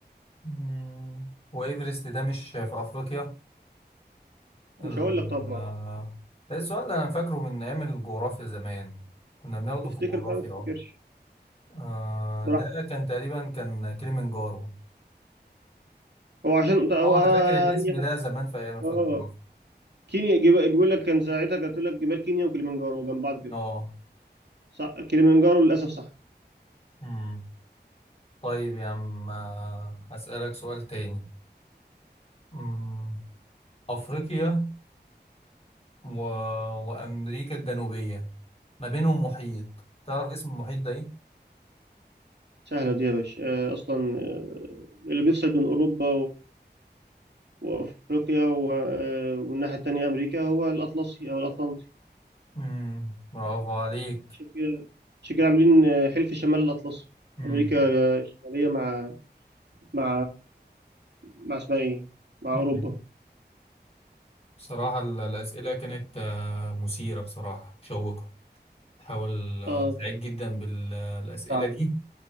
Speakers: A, on the left; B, on the right.
A: مم. وإيفرست ده مش في أفريقيا ال-
B: مش هقول لك طبعا
A: آه، ده السؤال اللي أنا فاكره من أيام الجغرافيا زمان كنا بناخده
B: افتكر
A: في الجغرافيا
B: بقى ما تفتكرش
A: أه آه،
B: براحتك
A: ده كان تقريبا كان كليمنجارو
B: هو عشان ده هو
A: اه انا فاكر الاسم
B: اي حاجه
A: ده زمان في ايام في
B: اه
A: الجغرافيا
B: كينيا جب- بيقول لك كان ساعتها كانت تقول لك جبال كينيا وكيليمنجارو جنب بعض كده
A: اه
B: صح كيليمنجارو للاسف صح
A: امم طيب يا عم آه، هسألك سؤال تاني امم افريقيا و... وامريكا الجنوبية ما بينهم محيط تعرف اسم المحيط ده ايه
B: سهله دي يا باشا آه، اصلا آه، اللي بيفصل بين اوروبا وافريقيا و- آه، والناحيه التانيه امريكا هو الاطلسي او الاطلنطي
A: امم برافو عليك
B: عشان كده عشان كده عاملين آه، حلف شمال الاطلسي
A: امم
B: امريكا آه، الشماليه مع مع مع اسمها ايه مع
A: امم
B: اوروبا
A: بصراحة ال- الأسئلة كانت آه، مثيرة بصراحة مشوقة تحاول آه،
B: اه
A: سعيد
B: أنا
A: جدا بالأسئلة
B: تعب.
A: دي